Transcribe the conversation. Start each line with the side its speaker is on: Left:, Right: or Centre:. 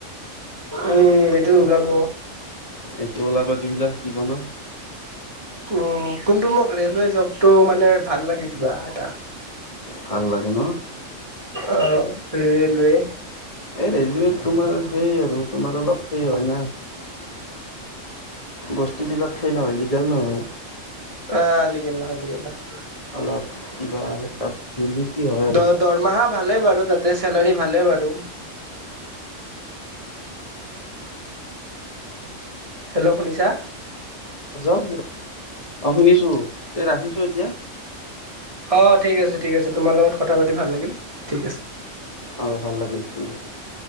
Right: উম এইটো ওলাব
Left: এইটো ওলাব যিবিলাক দিব ন
Right: অ কোনটো মোক ৰেলৱে জবটো মানে ভাল লাগে কিবা এটা
Left: ভাল লাগে ন
Right: অ ৰেলৱে
Left: ৰেলৱে তোমাৰ সেই আৰু তোমাৰ অলপ সেই হয় নাই বস্তু বিলাক সেই নহয় লিগাল নহয়
Right: আ লিগেল নহয় লিগেল নহয়
Left: অলপ কিবা তাত দুৰ্নীতি হয়
Right: দ
Left: ন
Right: দৰমহা ভালে বাৰু তাতে চেলাৰী ভালে বাৰু হেল্ল' শুনিছা
Left: যাও অ শুনিছো এই ৰাখিছো এতিয়া
Right: অ ঠিক আছে ঠিক আছে তোমাৰ লগত কথা পাতি ভাল লাগিল ঠিক আছে
Left: অ ভাল লাগিল ঠিক আছে